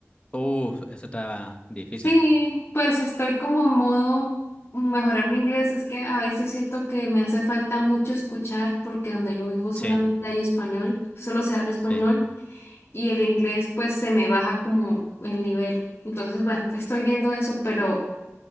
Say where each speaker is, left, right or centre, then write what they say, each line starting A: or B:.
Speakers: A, on the left; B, on the left.
A: Uf, eso está difícil.
B: Sí, pues estoy como en modo mejorar mi inglés. Es que a veces siento que me hace falta mucho escuchar porque donde yo vivo solamente
A: Sí,
B: hay español, solo se habla español
A: sí.
B: y el inglés pues se me baja como el nivel. Entonces, bueno, estoy viendo eso, pero...